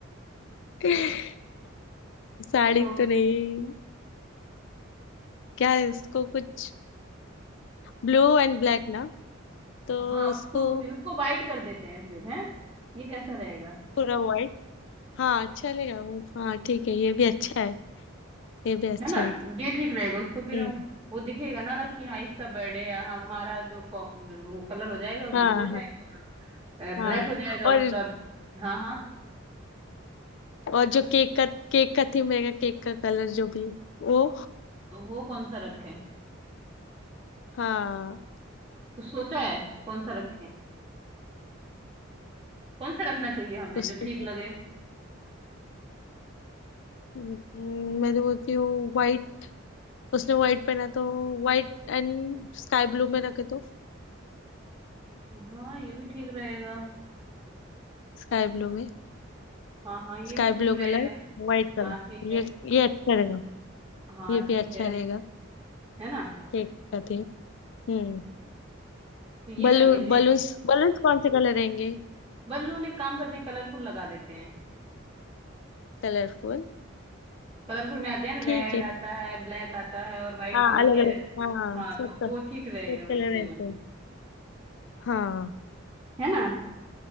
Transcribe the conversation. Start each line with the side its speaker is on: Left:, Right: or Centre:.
Left: <laughs> साड़ी
Right: तो
Left: तो नहीं क्या है, उसको कुछ ब्लू एंड ब्लैक ना तो
Right: हाँ
Left: उसको
Right: उसको भी उसको वाइट कर देते हैं फिर है ये कैसा रहेगा
Left: पूरा व्हाइट हाँ चलेगा वो हाँ ठीक है ये भी अच्छा है ये भी अच्छा
Right: है ना
Left: है
Right: ये ठीक रहेगा उसको फिर
Left: हम्म
Right: हम वो दिखेगा ना अलग कि हाँ इसका बर्थडे है हमारा जो को- वो कलर हो जाएगा ब्लू
Left: हाँ
Right: हो जाएगा
Left: हाँ
Right: और
Left: हाँ
Right: ब्लैक हो जाएगा
Left: और
Right: उसका हाँ हाँ
Left: और जो केक का केक का थीम रहेगा केक का कलर जो भी वो
Right: तो वो कौन सा रखें
Left: हाँ
Right: कुछ सोचा है कौन सा रखें कौन सा रखना चाहिए हमें
Left: उस
Right: जो ठीक
Left: पे
Right: लगे
Left: हम्म, मैं तो बोलती हूँ व्हाइट उसने व्हाइट पहना तो व्हाइट एंड स्काई ब्लू में रखे तो
Right: हाँ ये भी ठीक रहेगा
Left: स्काई ब्लू में
Right: हाँ हाँ ये
Left: sky
Right: भी ठीक
Left: blue
Right: रहेगा
Left: colour white colour
Right: हाँ ठीक है
Left: ये ये अच्छा रहेगा
Right: हाँ
Left: ये
Right: ठीक
Left: भी अच्छा
Right: है
Left: रहेगा
Right: है ना
Left: केक का थीम हम्म
Right: तो ये
Left: बलून
Right: कर लेते
Left: बलून्स
Right: हैं
Left: बलून्स कौन से कलर रहेंगे
Right: बल्लू ने काम करते हैं कलरफुल लगा देते हैं
Left: कलरफुल
Right: कलरफुल में आते हैं ना
Left: ठीक
Right: रेड
Left: है
Right: आता है ब्लैक आता है और वाइट
Left: हाँ
Right: भी होते
Left: अलग
Right: हैं
Left: अलग हाँ
Right: हाँ
Left: सब
Right: तो वो
Left: तो सब
Right: ठीक रहेगा वैसे
Left: कलर रहते
Right: में
Left: हैं हाँ
Right: है ना